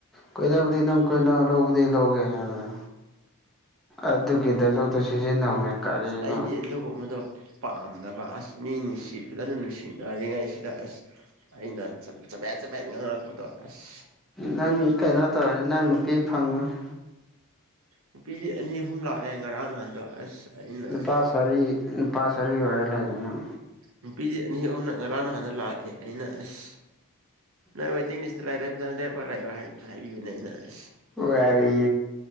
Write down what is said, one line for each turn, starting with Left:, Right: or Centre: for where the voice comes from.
Centre: ꯀꯣꯏꯕꯨꯗꯤ ꯅꯪ ꯀꯣꯏꯅ ꯂꯧꯕꯗꯤ ꯂꯧꯒꯦ ꯍꯥꯏꯕꯗ ꯑꯗꯨꯒꯤ ꯂꯣꯇꯨ ꯁꯤꯖꯤꯟꯅꯧꯅꯦ ꯀꯔꯤꯅꯣ
Right: ꯑꯁ ꯑꯩꯗꯤ ꯑꯗꯨꯒꯨꯝꯕꯗꯣ ꯄꯥꯝꯅꯕ ꯑꯁ ꯃꯤ ꯅꯨꯡꯁꯤ ꯐꯖꯅ ꯅꯨꯡꯁꯤꯅꯔꯤꯉꯩ ꯁꯤꯗ ꯑꯁ ꯑꯩꯅ ꯆꯄꯦꯠ ꯆꯄꯠ ꯉꯥꯡꯉꯛꯄꯗꯣ ꯑꯁ
Centre: ꯅꯪ ꯀꯩꯅꯣ ꯇꯧꯔꯦ ꯅꯪ ꯅꯨꯄꯤ ꯐꯪꯕꯅꯤ
Right: ꯅꯨꯄꯤꯗꯤ ꯑꯅꯤ ꯑꯍꯨꯝ ꯂꯥꯛꯑꯦ ꯉꯔꯥꯡ ꯅꯍꯥꯟꯗꯣ ꯑꯁ ꯑꯩꯅ
Centre: ꯅꯨꯄꯥ ꯁꯔꯤ ꯅꯨꯄꯥ ꯁꯔꯤ ꯑꯣꯏꯔ ꯂꯩꯅꯤꯅꯪ
Right: ꯅꯨꯄꯤꯗꯤ ꯑꯅꯤ ꯑꯍꯨꯝꯅ ꯉꯔꯥꯡ ꯅꯍꯥꯟꯅ ꯂꯥꯛꯑꯦ ꯑꯩꯅ ꯑꯁ ꯅꯪ ꯋꯦꯇꯤꯡ ꯂꯤꯁꯇ ꯂꯩꯔꯦ ꯐꯖꯅ ꯂꯦꯞꯄ ꯂꯩꯑꯣ ꯍꯥꯏꯕꯤꯕꯅꯦ ꯑꯩꯅ ꯑꯁ
Centre: ꯋꯥꯔꯔꯤ